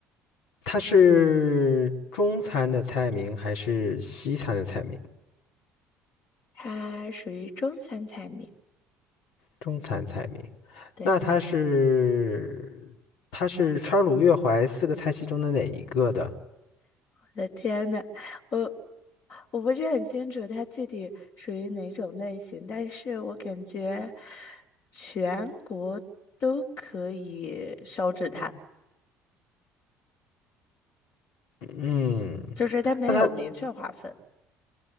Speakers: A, on the left (about 70°); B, on the left (about 50°).
A: 它是中餐的菜名还是西餐的菜名？
B: 它属于中餐菜名。
A: 中餐菜名。
B: 对，
A: 那它是它是川鲁粤淮四个菜系中的哪一个的？
B: 我的天呐，我我不是很清楚它具体属于哪种类型，但是我感觉全国都可以烧制它，
A: 嗯，
B: 就是它没有明确划分。
A: 那他，